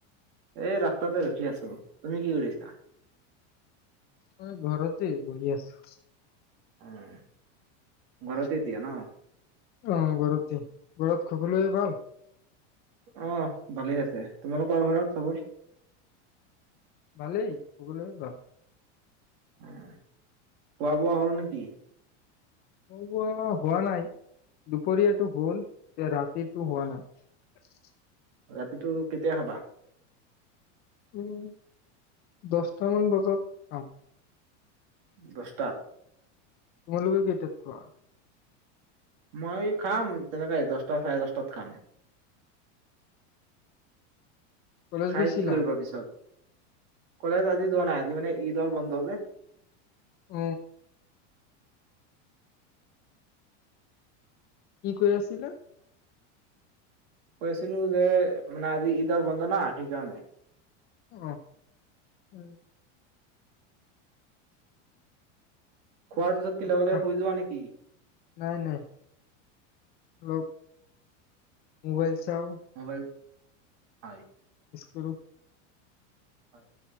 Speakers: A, on the right (about 50°); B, on the left (about 25°).
A: এই ৰাস্তাতে ৰখি আছো। তুমি কি কৰিছা?
B: মই ঘৰতে বহি আছো।
A: উম ঘৰতে এতিয়া ন?
B: অ', ঘৰতেই। ঘৰত সকলোৰে ভাল?
A: অহ ভালেই আছে, তোমালোকৰ ঘৰত চবৰ
B: ভালেই, সকলোৰে ভাল।
A: উম খোৱা-বোৱা হ'ল নেকি?
B: খোৱা বোৱা হোৱা নাই, দুপৰীয়া টো গ'ল এতিয়া ৰাত সেইটো হোৱা নাই।
A: সেইটো কেতিয়া খাৱা?
B: উম দহটামান বজাত খাওঁ।
A: দোষ।
B: তোমালোকে কেইটাত খোৱা?
A: মই খাম তেনেকে দসটা চাৰে দসটাত খাম।
B: কলেজ
A: খায়
B: গৈছিলা
A: কি কৰিবা পিছত? কলেজ আজি যোৱা নাই আজি মানে ঈদৰ বন্ধ যে।
B: অ <unintelligible> কৈ আছিলে।
A: কৈছিলোঁ যে মানে, আজি ঈদৰ বন্ধ ন সেইকাৰণে।
B: আহ, উম।
A: খোৱাৰ
B: উম
A: পিছত কি লগে
B: খা
A: লগে শুই যোৱা নেকি?
B: নাই নাই অলপ মোবাইলছ যও।
A: মোবাইল হয়
B: কৰোঁ
A: হয়।